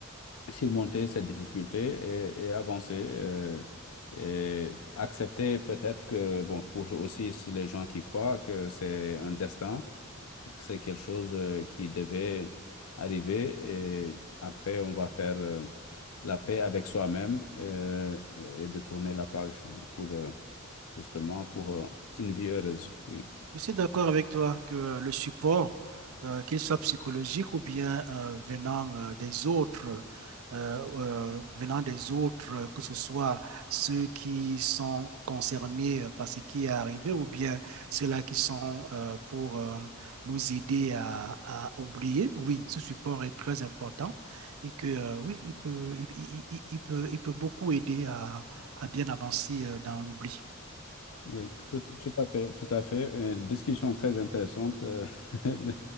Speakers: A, on the left; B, on the right.
A: surmonter cette difficulté et, et avancer. euh, et accepter peut-être que, bon, pour aussi les gens qui croient que c'est un destin, c'est quelque chose euh, qui devait arriver et après, on va faire euh, la paix avec soi-même euh, et de tourner la page pour euh, justement pour euh, une vie heureuse. Oui.
B: Je suis d'accord avec toi que le support, euh, qu'il soit psychologique ou bien euh, venant euh, des autres, euh, euh, venant des autres, euh, que ce soit ceux qui sont concernés euh, par ce qui est arrivé ou bien ceux-là qui sont euh, pour euh, nous aider à, à oublier, oui, ce support est très important et que euh, oui, il peut, il, il- il- il peut, il peut beaucoup aider à, à bien avancer euh, dans l'oubli.
A: Oui, tout, tout à fait, tout à fait. Euh, discussion très intéressante. euh, <laughs>